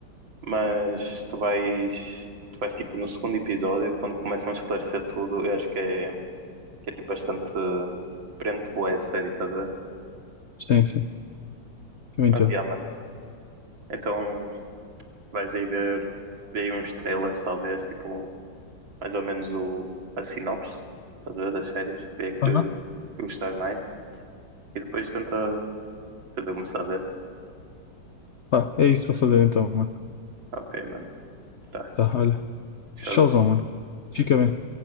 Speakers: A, on the right (about 80°); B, on the left (about 65°).
A: mas tu vais, tu vais tipo no segundo episódio, quando começam a esclarecer tudo, eu acho que é, que é tipo bastante prende boa a série, estás a ver?
B: sim, sim, eu entendo.
A: Mas yeah, mano, então vais aí ver, ver aí uns trailers, talvez, tipo, mais ou menos o, a sinopse, estás a ver, das séries, ver que,
B: Tá,
A: que gostar mais. e depois tenta, tenta começar a ver.
B: tá. é isso para fazer então, mano.
A: Ok, mano, tá,
B: Tá, olha,
A: Shazam.
B: tchauzão, mano. Fica bem.